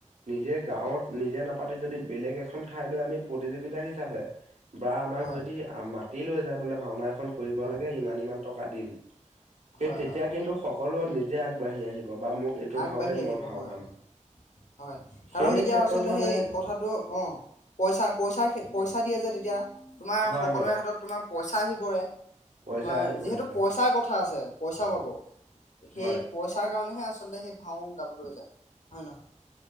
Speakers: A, on the right (about 65°); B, on the left (about 70°).
A: নিজে গাঁওত নিজে নাপাতি যদি বেলেগ এখন ঠাইলৈ আমি প্ৰতিযোগিতা হিচাপে বা আমাক
B: হয়
A: যদি মাটি লৈ যায় বোলে ভাওনা এখন কৰিব
B: হয়
A: লাগে ইমান- ইমান টকা দিম সেই
B: হয়
A: তেতিয়া
B: হয়
A: কিন্তু সকলোৱে নি নিজে আগবাঢ়ি আহি ব বা মোক এইটো
B: আগবাঢ়ি
A: ভাও দে
B: আহিব
A: মই ভাও
B: হয়
A: গাম।
B: হয়
A: সেই
B: কাৰণ তেতিয়া
A: ক্ষেত্ৰত
B: আচলতে
A: মানে
B: সেই কথা অঁ পইচা পইচাৰ- পইচা দিয়ে যে তেতিয়া। তোমাৰ
A: হয়
B: সকলোৰে
A: হয়
B: হাতত তোমাৰ পইচা আহি পৰে।
A: পইচা
B: তোমাৰ
A: আহি পৰে
B: যিহেতু
A: হয়
B: পইচাৰ কথা আছে পইচা পাব। সেই
A: হয়
B: পইচা কাৰণেহে আচলতে সেই ভাও গাবলৈ যায়, হয় নহয়।